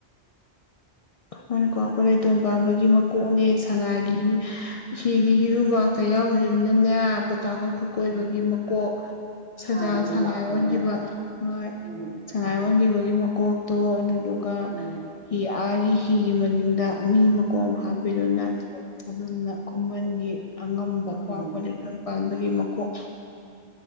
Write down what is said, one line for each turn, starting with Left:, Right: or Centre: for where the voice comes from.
Left: ꯑꯩꯣꯏꯅꯤꯀꯣ ꯑꯩꯈꯣꯏ ꯂꯩꯇꯣꯟ ꯄꯥꯝꯕꯒꯤ ꯃꯀꯣꯛꯅꯦ ꯁꯅꯥꯒꯤ ꯍꯤꯒꯤ ꯍꯤꯔꯨꯕꯥꯛꯇ ꯌꯥꯎꯔꯤꯕꯅꯤꯅꯅꯦ ꯄꯇꯥꯡꯈꯣꯏ ꯈꯨꯀꯣꯏꯕꯒꯤ
Right: ꯎꯝ.
Left: ꯃꯀꯣꯛ ꯁꯖ
Right: ꯑꯥ ꯍꯤꯔꯨꯕꯥꯛꯇꯅ
Left: ꯁꯉꯥꯏ ꯑꯣꯟꯈꯤꯕ ꯍꯣꯏ
Right: ꯎꯝ
Left: ꯁꯉꯥꯏ ꯑꯣꯟꯈꯤꯕ ꯒꯤ ꯃꯀꯣꯛꯇꯣ ꯑꯗꯨꯗꯨꯒ
Right: ꯎꯝ
Left: ꯍ ꯑꯥꯒꯤ ꯍꯤꯒꯤ ꯃꯅꯤꯡꯗ ꯃꯤ ꯃꯀꯣꯝ ꯍꯥꯞꯄꯤꯗꯨꯅ ꯑꯗꯨꯝꯅ ꯈꯨꯃꯟꯒꯤ ꯑꯉꯝꯕ
Right: ꯎꯝ
Left: ꯀ꯭ ꯀ ꯂꯤꯇꯣꯟ ꯄꯥꯟꯕꯒꯤ ꯃꯀꯣꯛ